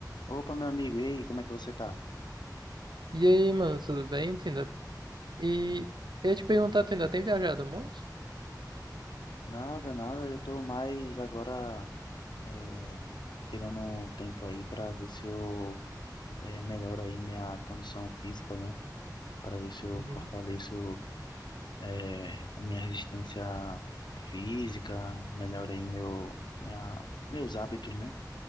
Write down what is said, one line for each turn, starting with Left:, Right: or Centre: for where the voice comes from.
Left: Opa, meu amigo, e aí, como é que você tá?
Right: E aí, mano, tudo bem? Tu ainda... E eu ia te perguntar, tu ainda tem viajado muito?
Left: Nada, nada, eu tô mais agora é, tirando um tempo aí pra ver se eu é, melhoro aí minha condição física, né? Para ver se eu
Right: Uhum.
Left: fortaleço é, a minha resistência física, melhoro aí meu, minha, meus hábitos, né?